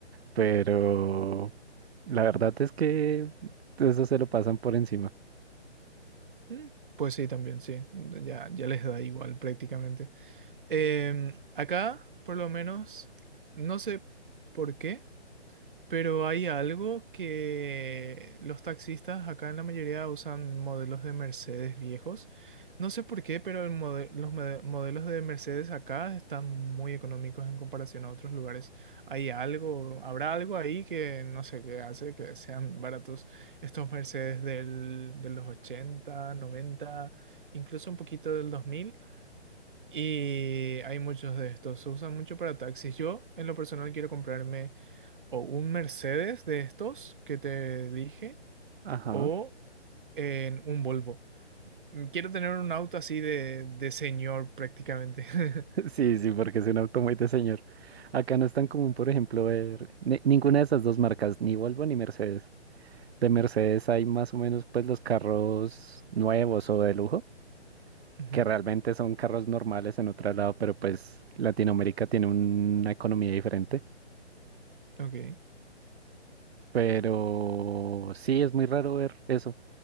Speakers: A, on the right; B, on the right.
A: pero la verdad es que eso se lo pasan por encima.
B: Mm, Pues sí, también, sí. Ya, ya les da igual prácticamente. Em, acá, por lo menos, no sé por qué. Pero hay algo que los taxistas acá en la mayoría usan modelos de Mercedes viejos. No sé por qué, pero el mode- los mode- modelos de Mercedes acá están muy económicos en comparación a otros lugares. Hay algo, habrá algo ahí que no sé qué hace que sean baratos estos Mercedes del, de los 80 noventa incluso un poquito del dos mil Y hay muchos de estos, se usan mucho para taxis. Yo, en lo personal, quiero comprarme o un Mercedes de estos que te dije
A: Ajá.
B: o
A: <laughs>
B: en un Volvo. Mm, Quiero tener un auto así de, de señor prácticamente. <laughs>
A: Sí, sí, porque es un auto muy de señor. Acá no es tan común, por ejemplo, ver ni- ninguna de esas dos marcas, ni Volvo ni Mercedes. De Mercedes hay más o menos pues los carros nuevos o de lujo.
B: Ujú,
A: que realmente son carros normales en otro lado, pero pues Latinoamérica tiene una economía diferente.
B: Ok.
A: Pero sí, es muy raro ver eso.